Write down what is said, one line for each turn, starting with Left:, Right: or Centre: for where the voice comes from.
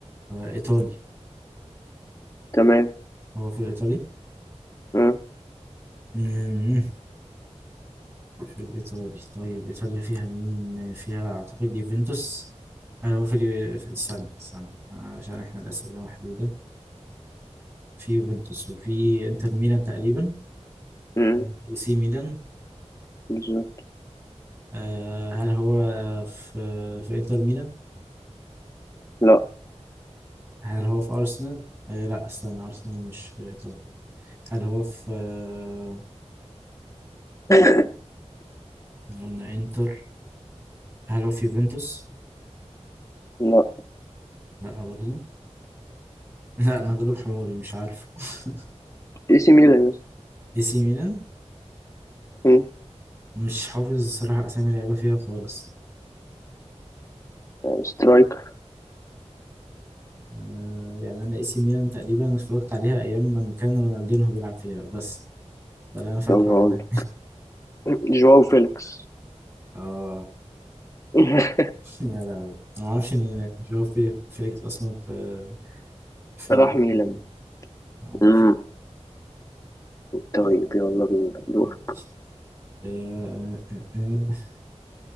Right: آه، إيطالي
Left: تمام
Right: هو في الإيطالي
Left: مم،
Right: مم. في الإيطالي طيب إيطاليا فيها مين فيها أعتقد يوفنتوس هل هو في اليو- في- استنى استنى عشان إحنا الأسئلة محدودة في يوفنتوس وفي إنتر ميلان تقريبا
Left: مم،
Right: وفي سي ميلان
Left: بالظبط
Right: آه، هل هو في في إنتر ميلان
Left: لا
Right: هل هو في أرسنال؟ آه لا استنى أرسنال مش إيطالي هل هو في آه،
Left: <laughs>
Right: اللي قلنا إنتر هل هو في يوفنتوس؟
Left: لا
Right: لا برضه <laughs> لا أنا غلب حماري مش عارفه <laughs>
Left: اي سي ميلان يس
Right: اي سي ميلان
Left: مم.
Right: مش حافظ الصراحة أسامي لعيبة فيها خالص
Left: سترايكر
Right: آه يعني أنا اي سي ميلان تقريبا اتفرجت عليها أيام لما كان رونالدينهو بيلعب فيها بس ده اللي أنا فاكره
Left: طب هقول
Right: عنها
Left: لك. جواو فيليكس
Right: <laughs> اه
Left: <laughs>
Right: يا لهوي أنا معرفش إن جواو في- فيليكس أصلا في في
Left: راح
Right: الاي
Left: ميلان
Right: سي ميلان معرفش
Left: مم. طيب
Right: آه،
Left: يلا بينا دور
Right: ماشي آه، آه، آه، آه.